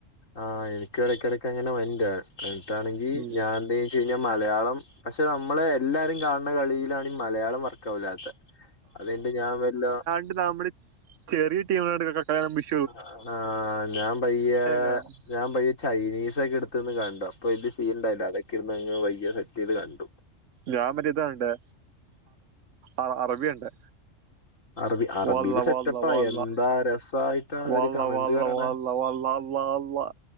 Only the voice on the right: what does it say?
ഉം.
ഇത് കബഡി ചെറിയ ടീമാ <unintelligible> മിഷ്
കാണും
ഞാൻ മറ്റേയിതാ കണ്ടേ അറ അറബിയ ണ്ടേ
വള്ള
വള്ള വള്ള
വള്ള
വള്ള വള്ള അള്ളാ അള്ളാ